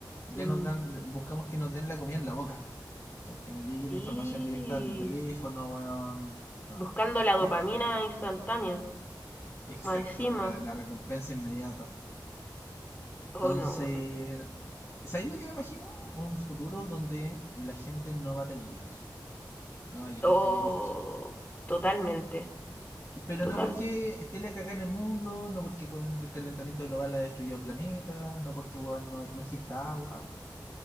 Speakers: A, on the left (about 40°); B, on the left (about 25°).
A: Ya
B: Mm,
A: nos dan, buscamos que nos den la comida en la boca, ¿cachai? que nos llegue
B: sí.
A: la información directa al teléfono, weón. Ah,
B: Buscando la dopamina
A: es, es cuático.
B: instantánea,
A: Exacto,
B: más encima.
A: la, la recompensa inmediata. Entonces,
B: Oh, no.
A: ¿sabéis lo que me imagino? Un futuro
B: Mm.
A: donde la gente no va a tener hijos, no va a querer
B: Oh,
A: tener hijos.
B: totalmente.
A: Pero
B: Total.
A: no porque esté la cagada en el mundo, no porque weón, el calentamiento global ha destruido el planeta, no porque weón, no, no exista agua.